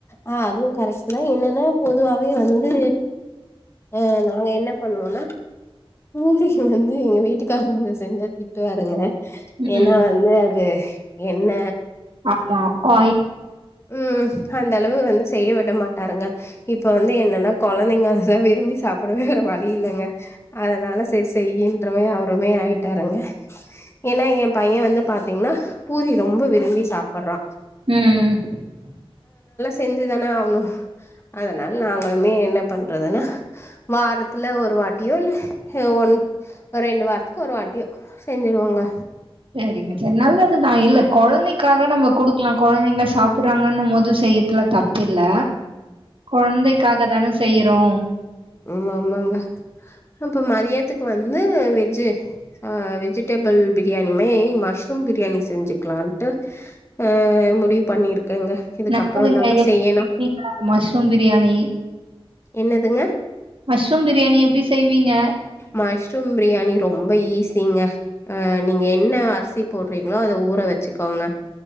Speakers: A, on the left; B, on the right.
A: அ அதுவு கரெக்ட்டு‌ தா என்னன்னா பொதுவாவே வந் து அ நாங்க என்ன பண்ணுவோன்னா ஊர்ல வந்து வீட்டுக்காரங்க செஞ்சா திட்டுவாருங்க ஏன்னா
B: ம்.
A: வந்து அது என்ன
B: அ அ ஓய்
A: ம் அந்த அளவு வந்து செய்ய விட மாட்டாருங்க இப்ப வந்து என்னன்னா கொழந்தைங்க அததா விரும் பி சாப்பிடவே வேற வழி இல்லங்க அதனால செரி செய்யின்ற மாரி அவருமே ஆயிட்டாருங்க ஏன்னா எ பைய வந்து பாத்தீங்ன்னா பூரி ரொம்ப விரும்பி சாப்பற்றா
B: ம்
A: செஞ்சி தானே ஆவுணு அதனால நாங்களுமே என்ன பண்றதுன்னு வாரத்துல ஒரு வாட்டியோ இல்ல ஒன் ரெண்டு வாரத்துக்கு ஒரு வாட்டியோ செஞ்சிருவோங்க
B: செரிங்க செரி நல்லதுதா இல்ல கொழந்தைக்காக நம்ம குடுக்கலா கொழந்தைங்க சாப் புறாங்கன்னும் போது செய்யற்துல தப்பில்ல கொழந்தைக்காக தானே செய்யிறோ
A: ம் ஆமாங்க இப்ப மதியத்துக்கு வந்து வெஜ்ஜு அ வெஜிடேப் புள் பிரியாணியுமே மஷ்ரூம் பிரியாணி செஞ்சுக்கலான்ட்டு அ முடிவு பண்ணிருக் ருக்கேங்க இதுக்கப்புறோ
B: நல்லதுங்க.
A: தாங்க
B: எப்படி
A: செய்யணு
B: செய்வீங்க? மஷ்ரூம் பிரியாணி.
A: என்னதுங்க
B: மஷ்ரூம் பிரியாணி எப்படி செய்வீங்க?
A: மஷ்ரூம் பிரியாணி ரொம்ப ஈஸிங்க அ நீங்க என்ன அரிசி போட்றீங்களோ அத ஊற வெச்சிக்கோங்க